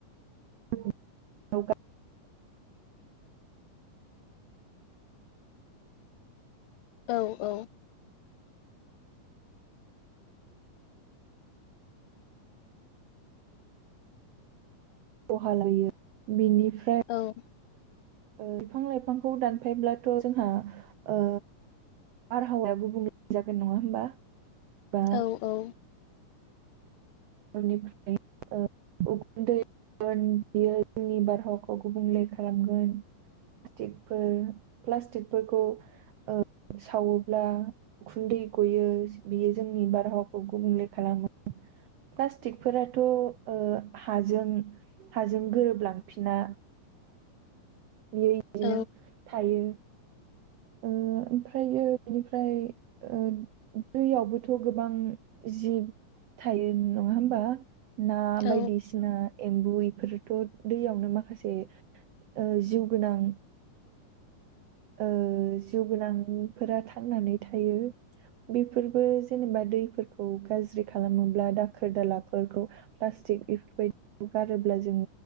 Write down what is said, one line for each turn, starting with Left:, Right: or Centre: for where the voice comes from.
Right: <unintelligible>
Left: <inaudible> औ औ
Right: खहा लायो बिनिफ्रा
Left: औ
Right: ओ बिफां लाइफांखौ दानफायब्लाथ' जोंहा ओ बारहावाया गुबुंले जागोन नङा होमबा बा
Left: औ औ
Right: <unintelligible> ओ <unintelligible> उखुन्दै <unintelligible> बियो जोंनि बारहावाखौ गुबुंले खालामगोन प्लास्टिकफोर प्लास्टिकफोरखौ ओ सावोब्ला उखुन्दै ग'यो बियो जोंनि बारहावाखौ गुबुंले खालामो प्लास्टिकफोराथ' ओ हाजों हाजों गोरोबलांफिना बियो इदिनो
Left: औ
Right: थायो ओ ओमफ्रायो बिनिफ्राय ओ दैयावबोथ' गोबां जिब थायो नङा होमबा ना
Left: औ
Right: बायदिसिना एम्बु इफोरथ' दैयावनो माखासे ओ जिउ गोनां ओ जिउ गोनांफोरा थांनानै थायो बेफोरबो जेनेबा दैफोरखौ गाज्रि खालामोब्ला दाखोर दालाफोरखौ प्लास्टिक इफोरबायदि <unintelligible> गारोब्ला जों